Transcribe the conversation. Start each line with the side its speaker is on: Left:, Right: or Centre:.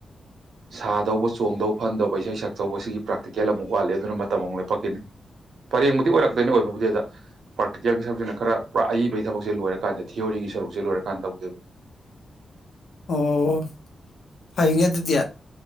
Right: ꯁꯥꯗꯧꯕ ꯆꯣꯡꯗꯧꯕ ꯐꯟꯗꯧꯕ ꯏꯁꯩ ꯁꯛ ꯇꯧꯕꯁꯤꯒꯤ ꯄ꯭ꯔꯥꯛꯇꯤꯀꯦꯜ ꯑꯃꯨꯛ ꯋꯥꯠꯂꯦ ꯑꯗꯨꯅ ꯃꯇꯝ ꯑꯃꯨꯛ ꯂꯄꯛꯈꯤꯅꯤ ꯄꯔꯦꯡꯕꯨꯗꯤ ꯑꯣꯏꯔꯛꯇꯣꯏꯅꯤ ꯑꯣꯏꯕꯕꯨꯗꯤ ꯑꯗ ꯄ꯭ꯔꯥꯛꯇꯤꯀꯦꯜꯒꯤ ꯁꯔꯨꯛꯁꯤꯅ ꯈꯔ ꯄꯨꯔꯥ ꯑꯏꯕꯒꯤ ꯊꯕꯛꯁꯦ ꯂꯣꯏꯔꯀꯥꯟꯗ ꯊꯤꯑꯣꯣꯔꯤꯒꯤ ꯁꯔꯨꯛꯁꯦ ꯂꯣꯏꯔꯀꯥꯟꯗ ꯇꯧꯗꯦꯕ
Left: ꯑꯣ ꯐꯩꯅꯦ ꯑꯗꯨꯗꯤ